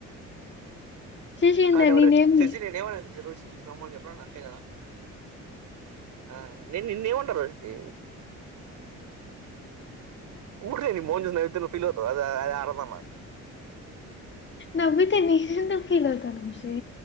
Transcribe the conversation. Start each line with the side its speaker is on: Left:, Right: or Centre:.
Left: శేషి ఏందే
Right: కాద్ ఓరయ్
Left: నేనేమి
Right: శశి నేనేమన్నా శశి రోష్నీ చూస్ నవమని చెప్పన్ అంతే గదా అ నేన్ నిన్నేమంటా రోష్నీ ఉర్కే ని మోహం చూస్ నవ్వితే నువ్ ఫీల్ అవ్తవ్ అదే అ అ ఆరవమక
Left: నవ్వితే నేన్ ఎందుక్ ఫీల్ అవుతాను వంశీ